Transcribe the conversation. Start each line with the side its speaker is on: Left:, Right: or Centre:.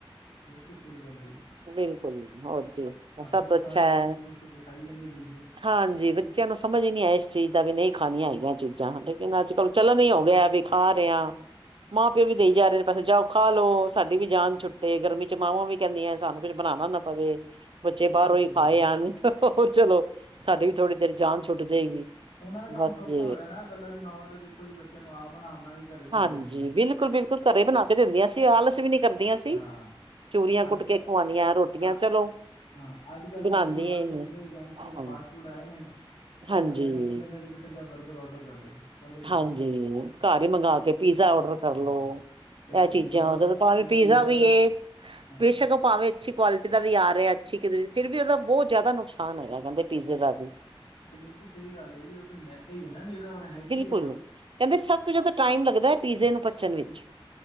Left: ਬਿਲਕੁਲ ਸਹੀ ਗੱਲ ਹੈ ਜੀ।
Right: ਬਿਲਕੁਲ, ਹੋਰ ਜੀ,
Left: ਬਾਕੀ
Right: ਸਭ
Left: ਤਾਂ
Right: ਤੋਂ
Left: ਸਾਰੇ
Right: ਅੱਛਾ ਹੈ
Left: ਬੱਚੇ ਖੁਸ਼ ਹੋ ਕੇ ਖਾਈ ਜਾਂਦੇ ਜੀ ਜੀ
Right: ਹਾਂਜੀ। ਬੱਚਿਆਂ ਨੂੰ ਸਮਝ ਹੀ ਨਹੀਂ ਆਇਆ ਇਸ ਚੀਜ਼ ਦਾ ਵੀ ਨਹੀਂ ਖਾਣੀਆਂ ਹੈਗੀਆਂ ਚੀਜ਼ਾਂ ਲੇਕਿਨ ਅੱਜ ਕੱਲ ਚਲਣ ਹੀ ਹੋ ਗਿਆ ਵੀ ਖਾ ਰਹੇ ਆ। ਮਾਂ ਪਿਓ ਵੀ ਦੇਈ ਜਾ ਰਹੇ ਨੇ ਪੈਸੇ ਜਾਓ ਖਾ ਲਓ। ਸਾਡੀ ਵੀ ਜਾਨ ਛੁੱਟੇ ਗਰਮੀ ਚ ਮਾਵਾਂ ਵੀ ਕਹਿੰਦੀਆਂ ਸਾਨੂੰ। ਕੁਛ ਬਣਾਉਣਾ ਨਾ ਪਵੇ ਬੱਚੇ
Left: ਬਿਲਕੁਲ
Right: ਬਾਹਰੋਂ
Left: ਸਹੀ
Right: ਹੀ ਖਾਏ
Left: ਗੱਲ ਹੈ
Right: ਆਣ। ਹੋਰ ਚਲੋ ਸਾਡੀ ਵੀ ਥੋੜ੍ਹੀ ਦੇਰ ਜਾਨ ਛੁੱਟ ਜਾਏਗੀ।
Left: ਉਹਨਾਂ ਦਾ ਕੰਮ
Right: ਬਸ
Left: ਸੌੱਖਾ
Right: ਜੀ
Left: ਹੋ ਜਾਣਾ ਪਹਿਲਾਂ ਦੀ ਮਾਵਾਂ ਤੇ ਦੇਖੋ ਜੀ, ਬੱਚਿਆਂ ਨੂੰ ਆਪ ਨਾ ਬਣਾ ਕੇ ਘਰੇ ਦਿੰਦੀਆਂ
Right: ਹਾਂਜੀ
Left: ਸੀਗੀਆਂ।
Right: ਬਿਲਕੁਲ- ਬਿਲਕੁਲ ਘਰੇ ਬਣਾ ਕੇ ਦਿੰਦੀਆਂ ਸੀ, ਆਲਸ ਵੀ ਨੀ ਕਰਦੀਆਂ ਸੀ,
Left: ਹਾਂ
Right: ਚੂਰੀਆਂ ਕੁੱਟ
Left: ਅੱਜ
Right: ਕੇ। ਖਵਾਉਣੀਆਂ ਰੋਟੀਆਂ ਚਲੋ।
Left: ਹਾਂ, ਅੱਜ ਕੱਲ੍ਹ
Right: ਬਣਾਉਂਦੀਆਂ
Left: ਤਾਂ ਦੇਖਲੋ ਬਸ
Right: ਹੀ
Left: ਜਦੋਂ
Right: ਨੇ
Left: ਜੰਕ
Right: ਹਾਂ
Left: ਫੂਡ ਫਾਸਟ ਫੂਡ ਆਏ ਨੇ। ਬਸ
Right: ਹਾਂਜੀ
Left: ਉਹ ਕਹਿੰਦੇ ਕਿੰਨੇ ਦਾ ਜੀ ਬੇਟਾ ਜਾਂ ਬਰਗਰ ਔਡਰ ਕਰ ਲਏ। ਬਰਗਰ ਮੰਗਵਾ
Right: ਹਾਂਜੀ
Left: ਲੈ
Right: ਘਰ ਹੀ ਮੰਗਵਾ ਕੇ ਪੀਜ਼ਾ
Left: ਨੂਡ
Right: ਓਡਰ ਕਰਲੋ।
Left: ਹਾਂ ਬਿਲਕੁਲ
Right: ਇਹ ਚੀਜ਼ਾਂ
Left: ਜੀ ਔਰ
Right: ਉਹ ਭਾਵੇਂ
Left: ਜਿਹੜੇ
Right: ਪੀਜ਼ਾ ਵੀ
Left: ਦਾ
Right: ਏ
Left: ਹਾਂ
Right: ਬੇਸ਼ੱਕ। ਭਾਵੇਂ ਅੱਛੀ ਕੁਆਲਿਟੀ ਦਾ ਵੀ ਆ ਰਿਹਾ ਅੱਛੀ ਕਿ ਫ਼ਿਰ ਵੀ ਉਹਦਾ ਬਹੁਤ ਜ਼ਿਆਦਾ ਨੁਕਸਾਨ ਹੈਗਾ ਕਹਿੰਦੇ ਪੀਜ਼ੇ ਦਾ ਵੀ।
Left: ਉਹ ਤਾਂ ਬਿਲਕੁਲ ਸਹੀ ਗੱਲ ਹੈ ਜੀ, ਉਹ ਤੇ ਮੈਦਾ ਹੀ ਹੈ ਨਾ ਨਿਰਾ ਹੋਰ ਹੈ ਕਿ
Right: ਭੁਲੋ
Left: ਐ।
Right: ਨਾ ਕਹਿੰਦੇ ਸਭ ਤੋਂ ਜਿਆਦਾ ਟਾਈਮ ਲੱਗਦਾ ਹੈ ਪੀਜ਼ੇ ਨੂੰ ਪੱਚਣ ਵਿੱਚ।